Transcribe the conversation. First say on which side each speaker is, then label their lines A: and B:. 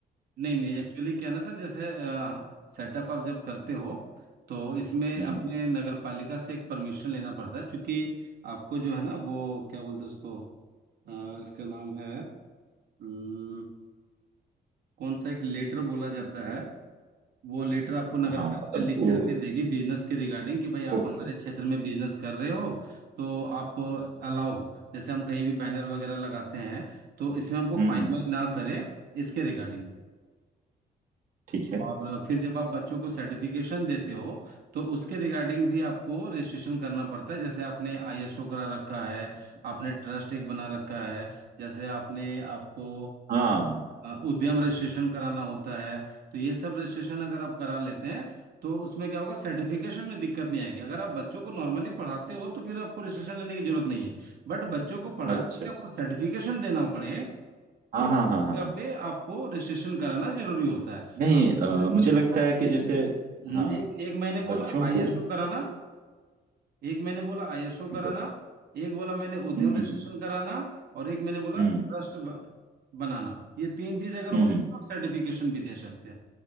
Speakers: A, on the right; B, on the right.
A: नहीं नहीं एक्चुअली क्या है ना सर जैसे सेटअप आप जब करते हो तो इसमें
B: हम्म
A: अपने नगर पालिका से एक परमिशन लेना पड़ता है क्योंकि आपको जो है ना वो क्या बोलते हैं उसको अ, इसका नाम है अम, कौन सा एक लेटर बोला जाता है वो लेटर आपको नगर
B: हाँ
A: पालिका
B: मतलब
A: लिख
B: वो
A: करके देगी बिजनेस के रिगार्डिंग कि भाई आप
B: ओके
A: हमारे क्षेत्र में बिजनेस कर रहे हो तो आप अलाउ हो जैसे हम कहीं भी बैनर वगैरह लगाते हैं तो इसमें हमको
B: हम्म
A: फाइन
B: हम्म,
A: वाइन ना करे इसके रिगार्डिंग
B: ठीक है
A: और फिर जब आप बच्चों को सर्टिफिकेशन देते हो तो उसके रिगार्डिंग भी आपको रजिस्ट्रेशन करना पड़ता है जैसे आपने आईएसओ करा रखा है आपने ट्रस्ट एक बना रखा है जैसे आपने आपको
B: हाँ
A: अ, उद्यम रजिस्ट्रेशन कराना होता है तो ये सब रजिस्ट्रेशन अगर आप करा लेते हैं तो उसमें क्या होगा सर्टिफिकेशन में दिक्कत नहीं आएगी अगर आप बच्चों को नॉर्मली पढ़ाते हो तो फिर आपको रजिस्ट्रेशन लेने की जरूरत नहीं है बट बच्चों को पढ़ा
B: अच्छा
A: करके आपको सर्टिफिकेशन देना पड़े
B: हाँ
A: तो
B: हाँ
A: उस
B: हाँ हाँ
A: जगह
B: हाँ
A: पे आपको रजिस्ट्रेशन कराना जरूरी होता है
B: नहीं
A: आप
B: अ,
A: सुन
B: मुझे
A: लीजिए
B: लगता
A: सर
B: है कि
A: एक
B: जैसे
A: हम्म,
B: हाँ
A: एक एक महीने
B: बच्चों
A: बोला आईएसओ
B: को
A: कराना एक मैंने बोला आईएसओ
B: ठीक
A: कराना
B: है
A: एक बोला मैंने उद्यम
B: हम्म हम्म
A: रजिस्ट्रेशन
B: हम्म।
A: कराना और एक मैंने बोला
B: हम्म
A: ट्रस्ट ब- बनाना ये तीन चीज अगर हो
B: हम्म
A: जाए
B: हम्म,
A: तो आप सर्टिफिकेशन भी दे सकते हैं